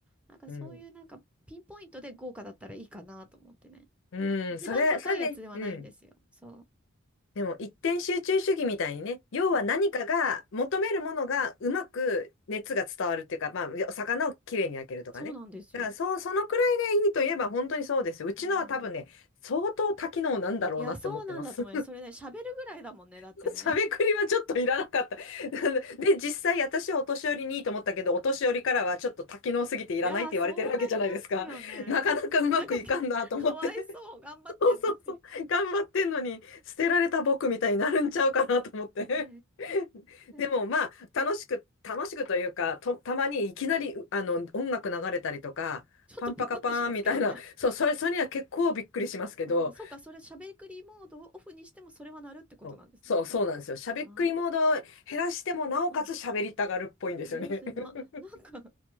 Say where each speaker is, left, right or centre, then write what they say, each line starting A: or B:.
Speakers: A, in the centre; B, on the left (about 55°).
A: なんかそういうなんか、
B: うん。
A: ピンポイントで豪華だったらいいかなと思ってね。
B: うん、
A: 一番高いやつではないんですよ。
B: それ、それね。うん。
A: そ
B: でも一点集中主義みたいにね、要は何かが求めるものがうまく熱が伝わるっていうか、
A: う。うん
B: まあ、魚をきれいに焼けるとかね。
A: そうなんですよ。
B: だからそう、そのくらいでいいといえば本当にそうですよ。うちのは多分ね、
A: うん。
B: 相当多機能なんだろうなって思ってます。
A: いや、そうなんだと思います。それね、喋るぐらいだもんね、だってね。
B: <laughs> しゃべくりはちょっといらなかった。<laughs> で、実際私はお年寄りにいいと思ったけど、お年寄りからはちょっと多機能すぎていらないって言われてるわけじゃないですか。
A: いやー、そうなりますよね。
B: <laughs> なかなかうまくいかんなと思って。
A: なんかね、<laughs> かわいそう、頑張ってんのに。
B: <laughs> そうそうそう。頑張ってんのに、捨てられた僕みたいになるんちゃうかなと思って。
A: <laughs> へ
B: <laughs> でもまあ、
A: え。
B: 楽しく、楽しくというか、と、たまにいきなり、あの、音楽流れたりとか、
A: ちょっとビクってしますけどね。
B: パンパカパーンみたいな、そう、それ、それには結構びっくりしますけど、
A: うん、そうか、それ、しゃべくりモードをオフにしても、それはなるってことなんですね。
B: そう、そうそうなんですよ。しゃべっくりモードを減らしても、
A: ああ、
B: なおかつ喋りたがるっぽいんですよね。
A: うん。えー、それな、
B: <laughs>
A: <laughs> なんか